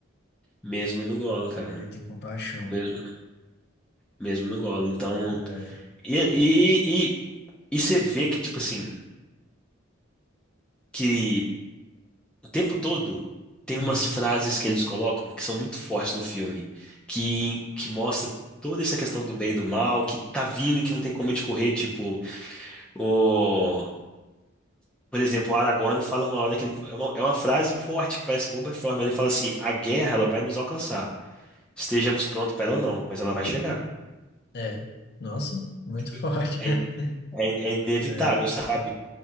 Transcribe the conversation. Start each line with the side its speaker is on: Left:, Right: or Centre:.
Centre: mesmo no Gollum, cara.
Left: Ele tem compaixão.
Centre: Mesmo, mesmo no Gollum. Então,
Left: É,
Centre: e e e e e você vê que tipo assim, que o tempo todo tem
Left: Hum.
Centre: umas frases que eles colocam que são muito fortes no filme, que, que mostra toda essa questão do bem e do mal, que tá vindo e que não tem como a gente correr, tipo, o... Por exemplo, o Aragorn fala uma hora que ele... É uma, é uma frase forte, que parece boba, é forte, mas ele fala assim, a guerra, ela vai nos alcançar. Estejamos prontos para ela ou não, mas ela vai chegar.
Left: é. Nossa, muito
Centre: Tipo,
Left: forte.
Centre: É,
Left: <laughs>
Centre: é, é inevitável,
Left: É,
Centre: sabe?